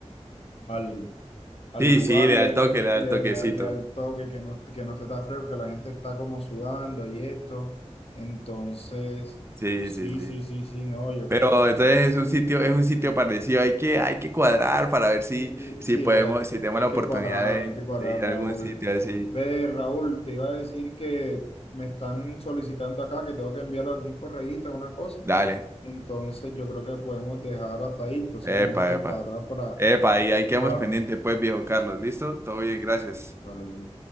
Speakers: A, on the left; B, on the right.
A: al, al
B: Sí,
A: lugar,
B: sí, le
A: le,
B: da el toque,
A: le,
B: le da
A: le,
B: el toquecito.
A: le da le da el toque, que no, que no esté tan fresco, que la gente está como sudando y esto. Entonces,
B: Sí,
A: sí,
B: sí, sí.
A: sí, sí, sí, no, yo
B: Pero
A: creo.
B: entonces es un sitio, es un sitio parecido. Hay que, hay que cuadrar para ver si,
A: Sí,
B: si
A: sí,
B: podemos,
A: hay que,
B: si tenemos
A: hay
B: la
A: que
B: oportunidad
A: cuadrar,
B: de,
A: hay que cuadrar,
B: de ir
A: Raúl.
B: a algún sitio así.
A: Ve, Raúl, te iba a decir que me están solicitando acá que tengo que enviar algún correíto, alguna cosa.
B: Dale.
A: Entonces yo creo que podemos dejar hasta ahí. Entonces
B: Epa,
A: tenemos que
B: epa.
A: cuadrar para
B: Epa,
A: encontrarnos.
B: y ahí quedamos pendientes, pues, viejo Carlos. ¿Listo? Todo bien, gracias.
A: Vale.